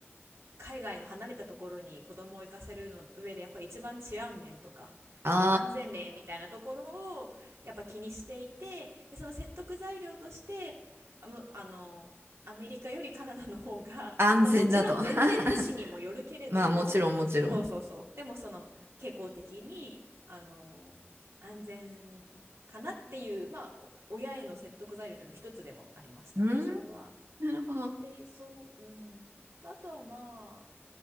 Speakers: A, on the right; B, on the right.
A: 海外の離れたところに子供を行かせるの上でやっぱり一番治安面とかその安全面みたいなところをやっぱ気にしていてでその説得材料としてあむあのアメリカよりカナダの方が、
B: ああ、安全だと。
A: <laughs> まあ、もちろん全然都市にもよるけれどもそうそうそうでもその傾向的にあの安全かなっていう、
B: <laughs> まあ、もちろん、もちろん。
A: まあ、お親への説得材料の一つでもありましたねそれは。
B: うん、なるほど。
A: でそう、うん、とあとはまあ